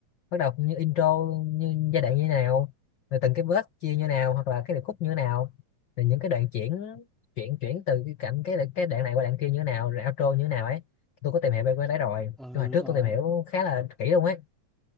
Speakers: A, on the left; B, in the centre.
A: bắt đầu như intro như giai đoạn như thế nào rồi từng cái verse chia như nào hoặc là cái điệp khúc như thế nào rồi những cái đoạn chuyển chuyển chuyển từ cái cảnh cái cái đoạn này qua đoạn kia như thế nào rồi outro như thế nào ấy tôi có tìm hiểu về cái đấy rồi
B: Ờ
A: tôi hồi
B: đúng
A: trước
B: rồi.
A: tôi tìm hiểu khá là kỹ luôn ấy